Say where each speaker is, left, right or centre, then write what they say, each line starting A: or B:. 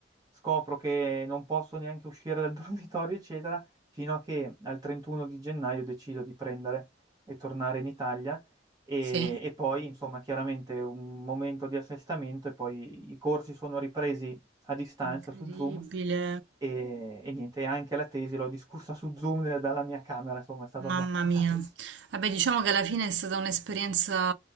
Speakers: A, on the right; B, on the right.
A: scopro che non posso neanche uscire dal <laughs> dormitorio, eccetera, fino a che al 31 di gennaio decido di prendere e tornare in Italia. E,
B: sì.
A: e poi, insomma, chiaramente un momento di assestamento e poi i corsi sono ripresi a distanza
B: Incredibile,
A: su Zoom e, e niente, e anche la tesi l'ho discussa su Zoom nel- dalla mia camera, insomma, è stato
B: mamma
A: abbastanza
B: mia.
A: <laughs> triste.
B: Vabbè, diciamo che alla fine è stata un'esperienza